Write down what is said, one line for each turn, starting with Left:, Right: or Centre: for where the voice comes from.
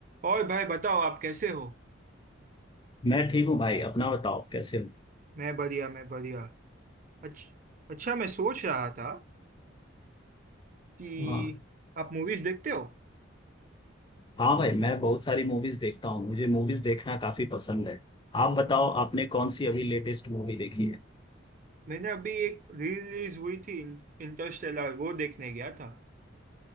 Right: और भाई बताओ आप कैसे हो
Left: मैं ठीक हूँ भाई अपना बताओ कैसे हो
Right: मैं बढ़िया मैं बढ़िया अच्छा अच्छा मैं सोच रहा था कि
Left: हाँ
Right: आप मूवीज देखते हो
Left: हाँ भाई मैं बहुत सारी मूवीज देखता हूँ मुझे मूवीज देखना काफी पसंद है आप बताओ आपने कौन सी अभी लेटेस्ट मूवी देखी है
Right: मैंने अभी एक रिलीज हुई थी इंटरस्टेलर वो देखने गया था